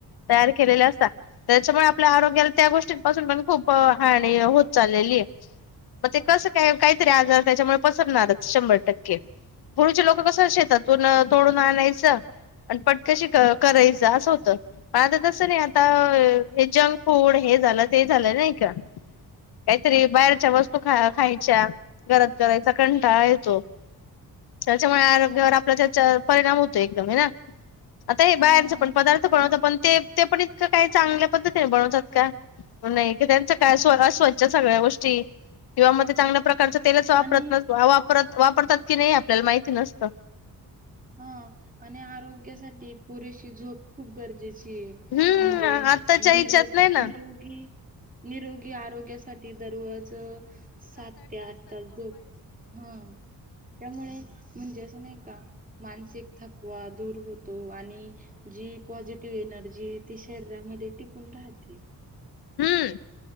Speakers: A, on the left; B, on the right.
A: तयार केलेले असतात त्याच्यामुळे आपल्या आरोग्याला त्या गोष्टींपासून पण खूप हानी होत चाललेली तेच मग ते कस काय काहीतरी आजार त्याच्यामुळ पसरणारच शंभर टक्के. पूर्वीचे लोक कसं शेतातून तोडून आणायचं. आणि पट कशी करायचं असं होतं पण आता तसं नाही आता हे जंक फूड हेच झालं ते झालंय नाही का. काहीतरी बाहेरच्या वस्तू ख खायच्या घरात करायचा कंटाळा येतो. त्याच्यामुळे आरोग्यावर आपल्या त्याच्या परिणाम होतो एकदम हे ना. आता हे बाहेरच
B: हं,
A: पण पदार्थ
B: तेच तर.
A: बनवत पण ते ते पण इतकं काही चांगल्या पद्धतीने बनवतात का, नाही कि, त्यांचं काय स्व स्वच्छ सगळ्या गोष्टी किंवा मग ते चांगल्या प्रकारच तेलाच वापरत
B: आणि
A: वापरत वापरतात की, नाही आपल्याला माहिती नसत.
B: हा आणि आरोग्यासाठी पुरेशी झोप खूप गरजेची ते
A: हम्म
B: म्हणजे
A: आत्ताच्या
B: निरोग
A: हिच्यात नाही ना
B: निरोगी. निरोगी आरोग्यासाठी दररोज. सात ते आठ तास झोप त्यामुळे म्हणजे असं नाही का, मानसिक थकवा दूर होतो, आणि जी पॉझिटिव्ह एनर्जी ती शरीरा मध्ये मध्ये टिकून राहते.
A: हम.